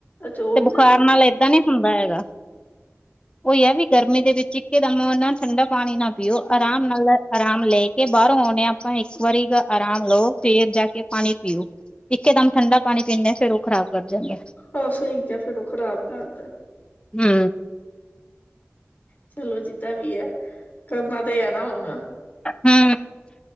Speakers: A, on the left; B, on the left.
A: ਉਹੀ
B: ਤੇ ਬੁਖਾਰ
A: ਨਾ
B: ਨਾਲ ਏਦਾਂ ਨਈ ਖੰਬਾ ਹੈਗਾ, ਉਹੀ ਆ ਵੀ ਗਰਮੀ ਦੇ ਵਿੱਚ, ਇੱਕ ਕੇ ਦਮ, ਠੰਡਾ ਪਾਣੀ ਨਾ ਪੀਓ ਪੀਓ ਆਰਾਮ ਨਾਲ ਆਰਾਮ ਲੈ ਕੇ ਬਾਰੋਂ ਆਉਣੇ ਆ। ਤਾਂ ਇੱਕ ਵਾਰੀ ਆਰਾਮ ਲਓ ਫੇਰ ਜਾ ਕੇ ਪਾਣੀ ਪੀਓ। ਇਕੇਦਮ ਠੰਡਾ ਪਾਣੀ ਪੀਂਣੇ ਫਿਰ ਓ ਖਰਾਬ ਕਰ ਜਾਂਦੈ।
A: ਆ ਸਈ ਕਿਆ ਫਿਰ ਓ ਖਰਾਬ ਕਰਦਾ।
B: ਹੂੰ
A: ਚਲੋ ਜਿੱਦਾਂ ਵੀ ਐ ਕਰਨਾ ਤੇ ਹੈ ਨਾ ਹੁਣ
B: ਹੂੰ